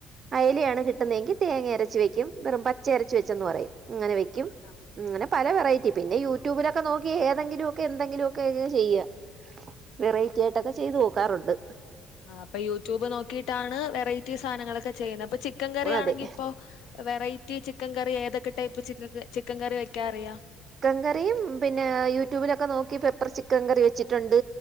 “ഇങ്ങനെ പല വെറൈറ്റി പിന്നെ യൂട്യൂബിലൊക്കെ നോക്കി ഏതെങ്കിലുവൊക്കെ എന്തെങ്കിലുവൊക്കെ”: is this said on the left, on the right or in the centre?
Right